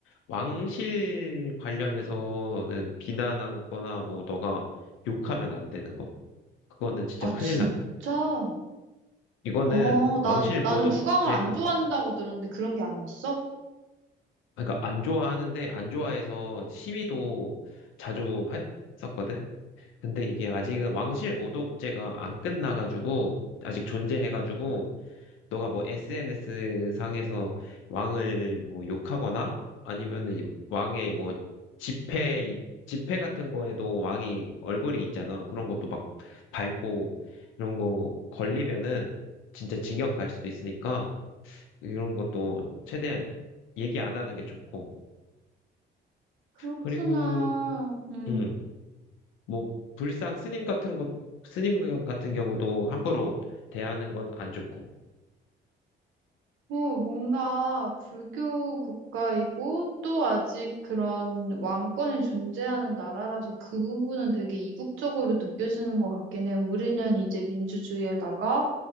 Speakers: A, on the left; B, on the right.
A: 왕실 관련해서는 비난하거나, 뭐, 너가 욕하면 안 되는 거. 그거는 진짜
B: 아,
A: 큰일
B: 진짜?
A: 나. 이거는
B: 어, 나,
A: 왕실 모독죄가
B: 나는 국왕을 안 좋아한다고
A: 있어.
B: 들었는데 그런 게 아니었어?
A: 그러니까 안 좋아하는데, 안 좋아해서 시위도 자주 했었거든. 근데 이게 아직은 왕실 모독죄가 안 끝나가지고 아직 존재해가지고 너가 뭐 SNS 상에서 왕을 뭐 욕하거나 아니면은 이 왕의 뭐 지폐 이- 지폐 같은 거에도 왕이 얼굴이 있잖아. 그런 것도 막 밟고 이런 거 걸리면은 진짜 징역 갈 수도 있으니까 이런 것도 최대한 얘기 안 하는 게 좋고
B: 그렇구나.
A: 그리고
B: 음.
A: 음. 뭐 불상 스님 같은 것 스님 같은 경우도 함부로 대하는 건 안 좋고.
B: 어, 뭔가 불교 국가이고 또 아직 그런 왕권이 존재하는 나라라서 그 부분은 되게 이국적으로 느껴지는 것 같긴 해. 우리는 이제 민주주의에다가